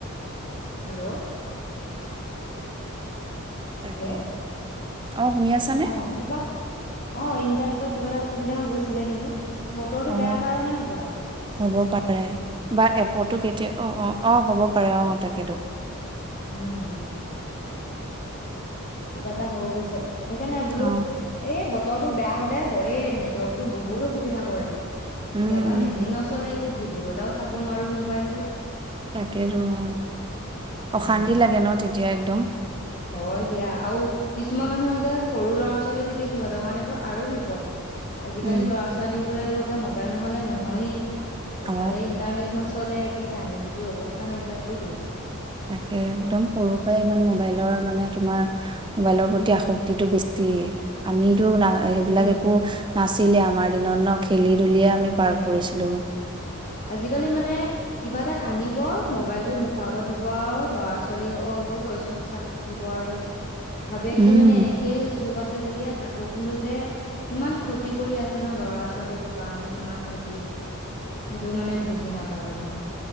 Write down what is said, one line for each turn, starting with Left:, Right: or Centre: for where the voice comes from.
Left: হেল্ল'
Right: তাকে
Left: হেল্ল'
Right: অ শুনি আছানে
Left: অ কিবা অ ইণ্টাৰনেটৰ কিবা এটা অসুবিধা হৈ গৈছিলে নেকি বতৰটো
Right: অ
Left: বেয়া কাৰণে হ'বলা
Right: হ'ব পাৰে বা এপতো কেতিয়া অ অ অ হ'ব পাৰে অ তাকেইেতো
Left: উম কিবা এটা হৈ গৈছে সেইকাৰণে বোলো
Right: অ
Left: এই ব নেটটো বেয়া হ'লে হয়ে নেটৱৰ্কতটো বহুত অসুবিধা কৰে কেতিয়াবা
Right: উম উম
Left: নেটেই নচলে একো ভিডিঅ' এটাও চাব নোৱাৰো মোবাইলটোত
Right: তাকেইেতো অ
Left: উম,
Right: অশান্তি লাগে ন তেতিয়া একদম
Left: হয় দিয়া আৰু কিছুমান মানুহৰ যে সৰু ল'ৰা ছোৱালী থাকে সিহঁতৰ কাৰণেতো আৰু বিপদ আজিকালি
Right: উম
Left: ল'ৰা ছোৱালী বোৰে এইটোকে মোবাইল নহ'লে নহয়েই।
Right: অ
Left: এইফালে ইণ্টাৰনেট নচলে কে কান্দি কুটি অৱস্থা নাইকিয়া কৰি দিয়ে।
Right: তাকে একদম সৰুৰ পৰাই ইমান মোবাইলৰ মানে তোমাৰ মোবাইলৰ
Left: উম,
Right: প্ৰতি আসক্তিটো বেছ তি আমিটো না
Left: আজিকালি
Right: সেইবিলাক একো নাছিলে আমাৰ দিনত ন' খেলি ধূলিয়ে
Left: হয়
Right: আমি পাৰ
Left: দিয়া
Right: কৰিছিলো।
Left: আজিকালি মানে কিবা এটা কান্দিব, মবাইলতটো মুখৰ আগত দিব আৰু। ল'ৰা-ছোৱালী অ' হৈ গৈছোঁ চাপ থাকিব আৰু। ভাবে
Right: উম
Left: কি মানে এনেকেই চ টোপ আছে যেতিয়া থাকক। কিন্তু যে কিমান ক্ষতি কৰি আছে ন, ল'ৰা-ছোৱালীটোৰ কাৰণে, কিমান ক্ষতি। সেইটো মানে বুজি নাপায় মানুহে।